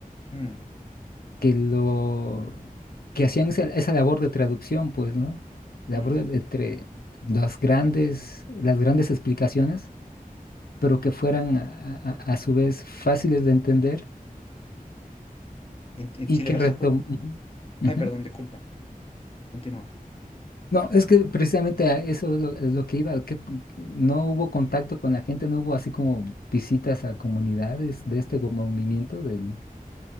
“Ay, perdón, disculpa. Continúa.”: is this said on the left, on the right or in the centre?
Left